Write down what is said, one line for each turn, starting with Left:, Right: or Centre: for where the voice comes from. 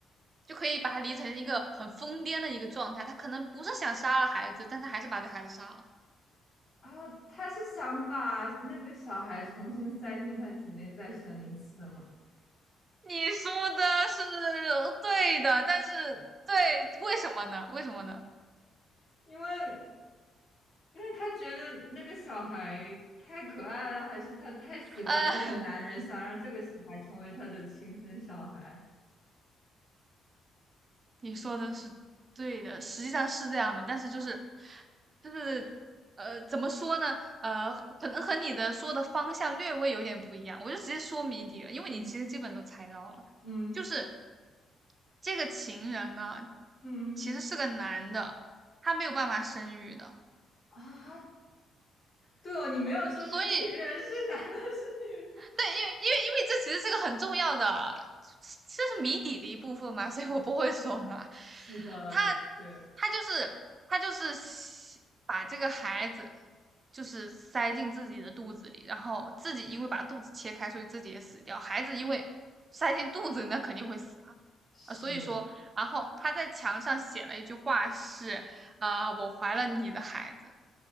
Right: 就可以把他理成一个很疯癫的一个状态。他可能不是想杀了孩子，但他还是把这孩子杀了。
Left: 啊，他是想把那个小孩重新塞进他体内再生一次吗？
Right: 你说的是对的，但是对，为什么呢？为什么呢？
Left: 因为因为他觉得那个小孩太可爱了，还是他太喜欢这个男人，
Right: 呃。
Left: 想让这个小孩成为他的亲生小孩？
Right: 你说的是对的，实际上是这样的，但是就是就是呃，怎么说呢？呃，可能和你的说的方向略微有点不一样，我就直接说谜底了，因为你其实基本都猜到了，
Left: 嗯嗯
Right: 就是这个情人呢，
Left: 嗯
Right: 其实是个男的，他没有办法生育的，
Left: 啊，对哦，你没有说这个情人是男的，
Right: 所以
Left: 是女的？
Right: 对，因为因为因为这其实是个很重要的，这是谜底的一部分嘛，<laughs> 所以我不会说了。
Left: 是的，
Right: 他
Left: 的确
Right: 他就是他就是把这个孩子就是塞进自己的肚子里，然后自己因为把肚子切开，所以自己也死掉。孩子因为塞进肚子，那肯定会死啊。
Left: 是，
Right: 啊所以说，然后他在墙上写了一句话是，啊，我怀了你的孩子。